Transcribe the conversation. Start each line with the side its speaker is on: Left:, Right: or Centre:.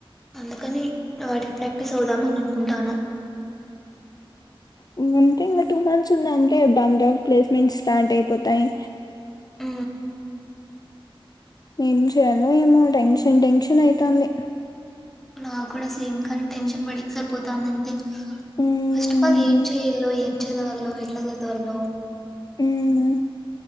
Centre: అందుకని వాటికి ప్రాక్టీస్ అవుదాం అని అనుకుంటాన్న.
Left: వన్ తింగ్ ఆ టూ మంత్స్ ఉందిఅంతే <unintelligible> ప్లేస్మెంట్ స్టార్ట్ అయిపోతాయ్.
Centre: ఉ
Left: ఏం చేయాల్నో ఏమో టెన్షన్ టెన్షన్ అయితాంది.
Centre: నా కూడా సేమ్ కానీ టెన్షన్ పడి సరిపోతాంది అంతే
Left: మ్మ్
Centre: ఫస్ట్ ఆఫ్ ఆల్ ఏం చేయాలో ఏం చదవాల్నో ఎట్లా చదవాల్నో
Left: ఉమ్